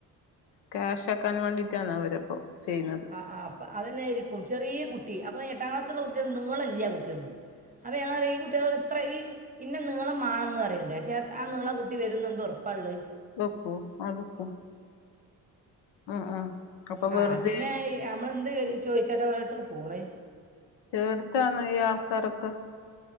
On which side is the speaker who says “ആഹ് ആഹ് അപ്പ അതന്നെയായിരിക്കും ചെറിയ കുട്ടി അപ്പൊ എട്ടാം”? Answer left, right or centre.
Right